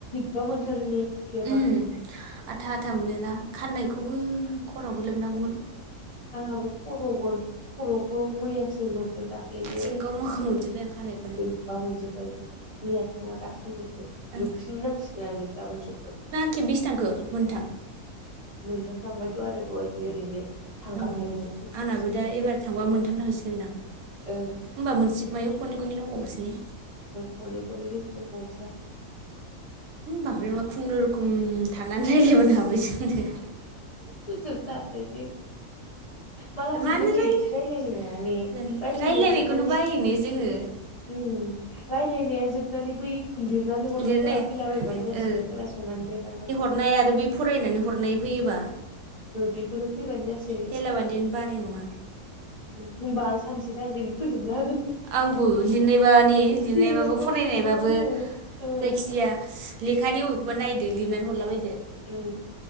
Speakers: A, on the left (about 50°); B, on the right (about 75°).
A: बा मोनथारनिखैयाबा।
B: उम आथा आथा मोनोना खाननायखौबो खरावबो लोबनांगौमोन।
A: आंहाबो खर'बो खर'खौ मैयासो लोबदों दाख्लैयो।
B: जेंगाव मागाव मोनजोब्बाय आं खानायखौनो
A: बोरैबा मोनजोबबाय मैयाथ' नङा दाख्लैजोबदों
B: ओं
A: लोबफिन नांसिगोनानो गाबोन समफोर।
B: खेब्बिस थाखांखो मोनथाम
A: मोनथाम थांबायथ' आरो दहायनि ओरैनो। थांगारनायजों
B: ओं आंनाबो दा एबार थांबा मोनथाम थांसिगोनदां
A: ओं।
B: होमबा मोनसे मायाव खनै खनै दंबावोसो ने
A: खन खनै गोसो दंबावसाय।
B: बांद्राय नङा खुनुरुखुम थानानै रायज्लायबोनो हाबाय जोंनो।
A: गजोब दाराथ माला
B: मानो
A: जोबगोन दे
B: रायलाय
A: बिदि रायलायनाया ने
B: जानो
A: रायलायनाया
B: रायलायनायखौनो
A: जोबनानै।
B: बायोनो जोङो
A: उ रायलायनाया जोबनानै बै लिरनानै हरनायफोरा
B: लिरनाया
A: फैलाबायबानो
B: ओ
A: जासै खोनासंनानै लिरनानै।
B: हरनाय आरो बै फरायनानै हरनाय फैयोबा।
A: बेफोरो फैबानो जासै
B: हेला बान्देनो बानाय नङा
A: होमबा आं सानसे सानसेनो फोजोबना होगोन
B: आंबो लिरनायबाने लिरनायबाबो
A: जेबो
B: फरायनायबाबो
A: मोननाय नङा आङो ओ
B: जायखिजाया लेखानि अबेखौबा नायदो लिरनानै हरला बायदो
A: उम